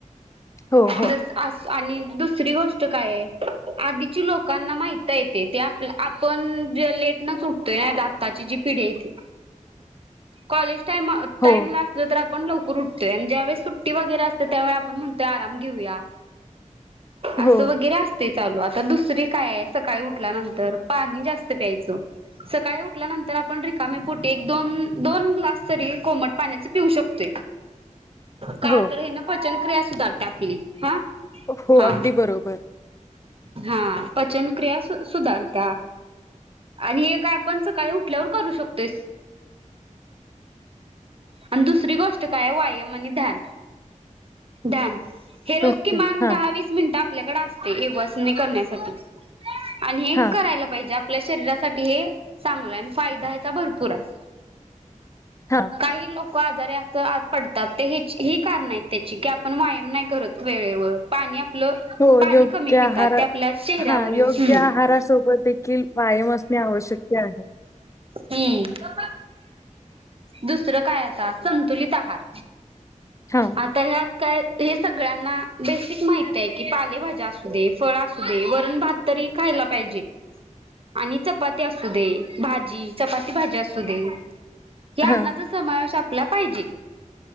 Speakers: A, on the left; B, on the right.
A: हो हो
B: जस अस आणि दुसरी गोष्ट काय आहे आधीची लोकांना माहित आहे ते आपलं आपण जे लेटनच उठतय ह आताची जी पिढी आहे ती कॉलेज टाईम टाईम
A: हो
B: लागल तरं आपल पण लवकर उठतोय आणि ज्यावेळस सुट्टी वगैरे असते त्यावेळा आपण म्हणतोय आराम घेऊया असं
A: हो
B: वगैरे असतंय चालू आता दुसरी काय आहे सकाळी उठल्यानंतर पाणी जास्त पायच सकाळी उठल्यानंतर आपण रिकामेपोटे दोन दोन ग्लास तरी कोमट पाण्याच पिऊ शकतोय. का
A: हो
B: तर हे न पचनक्रिया सुधारते आपली हा
A: हो
B: हा
A: अगदी बरोबर
B: हा पचनक्रिया सुधारत्या आणि हे काय आपण सकाळी उठल्यावर करू शकतोय आणि दुसरी गोष्ट काय आहे व्यायाम आणि ध्यान ध्यान हे रोज
A: ओके
B: किमान
A: हा
B: दहा वीस मिनटात आपल्याकडे असते एक वसने करण्यासाठी आणि हे
A: हा
B: करायला पाहिजे आप आपल्या शरीरासाठी हे चांगलं आहे. फायदा ह्याचा भरपूर आहे.
A: हा
B: काही लोक आजार अस पडतात ते ही कारण आहेत त्याची की आपण व्यायाम नाही करत वेळेवर पाणी आपलं
A: हो
B: पाणी
A: योग्य
B: कमी
A: आहार
B: पितात ते आपल्या चेहऱ्यावर
A: हा योग्य
B: हम्म
A: आहारासोबत देखील व्यायाम असणे आवश्यकते आहे.
B: हम्म दुसरं काय आता स संतुलित आहार
A: हां,
B: आता ह्यात काय हे सगळ्यांना बेसिक माहिती आहे की पालेभाज्या असू दे फळ असू दे वरण भात तरी खायला पाहिजे. आणि चपाती असू दे. भाजी चपाती भाजी असू दे. या
A: हां.
B: अन्नाचा समावेश आ आपला पाहिजे